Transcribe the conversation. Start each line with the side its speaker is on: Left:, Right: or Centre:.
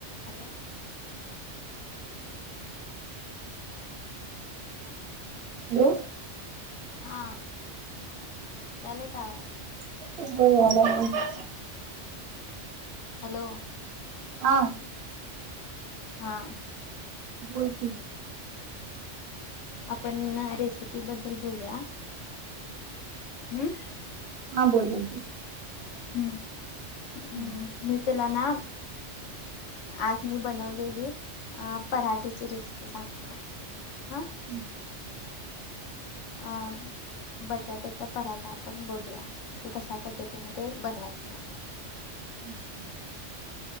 Left: Hello.
Right: Hello
Left: हा, यालय काय आवाज?
Right: यालय आवाज <inaudible>
Left: हॅलो
Right: हा
Left: हा
Right: बोल की
Left: आपण ना रेसि पी बद्दल बोलुया. हम्मं
Right: हां बोलु या की,
Left: हम्म हम्म
Right: हूं
Left: मी तूला ना आज मी बनवलेली अ पराठेची रेसिपी सांगतो. हा
Right: हूं
Left: आ बटाट्याचा पराठा आपण बघूया, ते कशा पद्धतीमध्ये बनवायचा.
Right: <unintelligible>